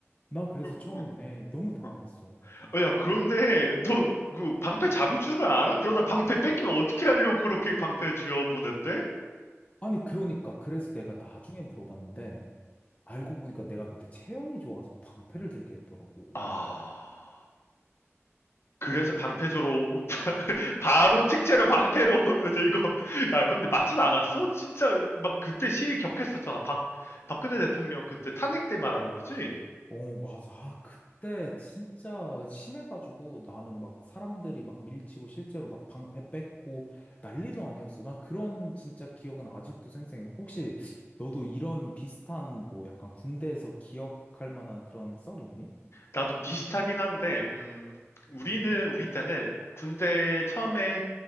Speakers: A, on the left (about 25°); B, on the left (about 60°).
A: 나 그래서 처음에
B: 어,
A: 너무 당황했어.
B: 어, 어, 야, 그런데 너 그 방패 잡을 줄 알아? 그러다 방패 뺏기면 어떻게 하려고 그렇게 방패 쥐어 보냈대?
A: 아니, 그러니까 그래서 내가 나중에 물어봤는데 알고 보니까 내가 그때 체형이 좋아서 방패를 들게 했더라고.
B: 아, 그래서 방패조로 <laughs> 바로 특채로 방패로 <laughs> 이거 아 근데 맞진 않았어? 진짜 막 그때 시위 격했었잖아. 박 박근혜 대통령 그때 탄핵 때 말하는 거지?
A: 어, 맞아. 아, 그때 진짜 심해가지고 나는 막 사람들이 막 밀치고 실제로 막 방패 뺏고 난리도 아니었어. 난 그런 진짜 기억은 아직도 생생해. 혹시
B: 어.
A: 너도 이런 비슷한 뭐 약간 군대에서 기억할 만한 그런 썰이 있니?
B: 나도 비슷하긴 한데 음 우리는 우리 때는 군대 처음에